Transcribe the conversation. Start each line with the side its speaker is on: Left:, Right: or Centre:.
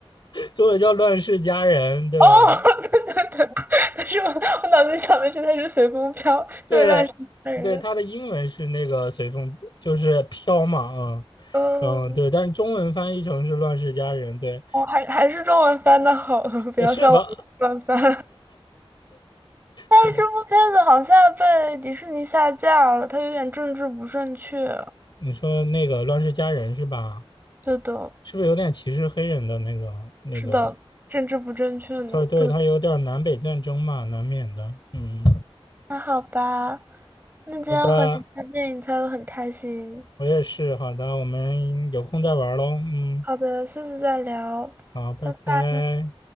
Left: 作为叫《乱世佳人》，对
Right: 哦，<laughs> 对对对，但是我我脑子想的是它是随风飘，
Left: 对
Right: 对，乱世佳人。
Left: 对，她的英文是那个随风，就是飘嘛，啊
Right: 嗯，
Left: 嗯嗯，对，但是中文翻译成是《乱世佳人》，对，
Right: 哦，还还是中文翻的好，<laughs> 不要像我一样乱翻。
Left: 呃是吧？
Right: 但是这部片子好像被迪士尼下架了，
Left: 对，
Right: 它有点政治不正确。
Left: 你说那个《乱世佳人》是吧？
Right: 对的，
Left: 是不是有点歧视黑人的那个那个
Right: 是的，政治不正确呢，
Left: 对对，
Right: 不能
Left: 它有点南北战争嘛，难免的。嗯，
Right: 那好吧，那今天和你看电影猜的很开心。
Left: 好的，我也是。好的，我们有空再玩喽。嗯，
Right: 好的，下次再聊。
Left: 好，拜拜。
Right: 拜拜。